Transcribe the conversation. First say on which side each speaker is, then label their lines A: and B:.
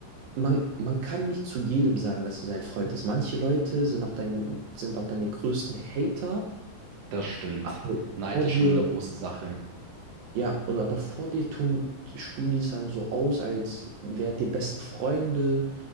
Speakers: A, on the right; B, on the right.
A: man, man kann nicht zu jedem sagen, dass er sein Freund ist. Manche Leute sind auch dein, sind auch deine größten Hater,
B: das stimmt.
A: aber
B: Neid
A: vor
B: ist
A: dir
B: schon eine große Sache.
A: Ja, und aber vor dir tun, spielen die es dann so aus, als wärt ihr beste Freunde,